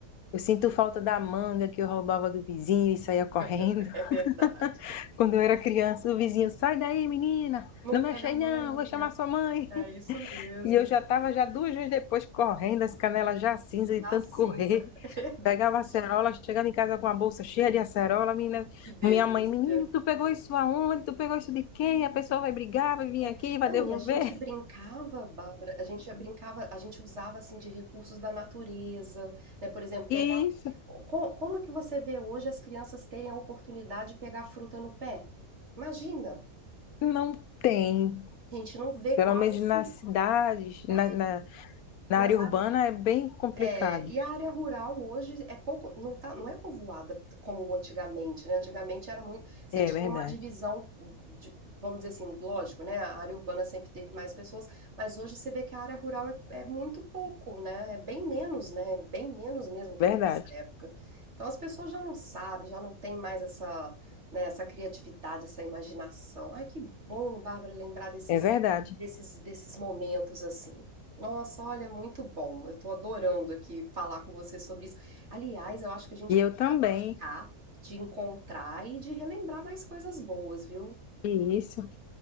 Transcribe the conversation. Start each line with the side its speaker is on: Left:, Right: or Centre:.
Left: Eu sinto falta da manga que eu roubava do vizinho e saía correndo.
Right: <laughs> É verdade.
Left: <laughs> Quando eu era criança, o vizinho, sai daí, menina,
Right: Não
Left: não
Right: pega
Left: mexe aí
Right: a manga,
Left: não, vou chamar sua mãe.
Right: é isso mesmo,
Left: E eu já estava já duas vezes depois correndo, as canelas já cinza de
Right: da
Left: tanto
Right: cinza,
Left: correr.
Right: <laughs> é verdade.
Left: Pegava acerola, chegava em casa com a bolsa cheia de acerola, menina,
Right: Que delícia.
Left: minha mãe, menino, tu pegou isso aonde? Tu pegou isso de quem? A pessoa vai brigar, vai vir
Right: É,
Left: aqui, vai
Right: não,
Left: devolver.
Right: e a gente brincava, Bárbara, a gente brincava, a gente usava assim de recursos da natureza, né? Por exemplo, pegar.
Left: Isso
Right: Como, como é que você vê hoje as crianças terem a oportunidade de pegar fruta no pé? Imagina,
Left: não tem.
Right: a gente não vê
Left: Pelo
Right: quase
Left: menos nas cidades, na,
Right: é,
Left: na, na
Right: nas
Left: área
Right: áreas.
Left: urbana é bem complicado.
Right: É, e a área rural hoje é pouco, não tá, não é povoada como antigamente, né? Antigamente era muito, você
Left: É
Right: tinha
Left: verdade,
Right: uma divisão, de- vamos dizer assim, lógico, né? A área urbana sempre teve mais pessoas, mas hoje você vê que a área rural é, é muito pouco, né? É bem menos, né? Bem menos mesmo que
Left: verdade,
Right: da nossa época. Então as pessoas já não sabem, já não tem mais essa, né, essa criatividade, essa imaginação. Ai, que bom, Bárbara, lembrar desses,
Left: é verdade.
Right: desses, desses momentos assim. Nossa, olha, muito bom. Eu tô adorando aqui falar com você sobre isso. Aliás, eu acho que a gente
Left: E
Right: podia
Left: eu também,
Right: marcar de encontrar e de relembrar mais coisas boas, viu?
Left: e isso.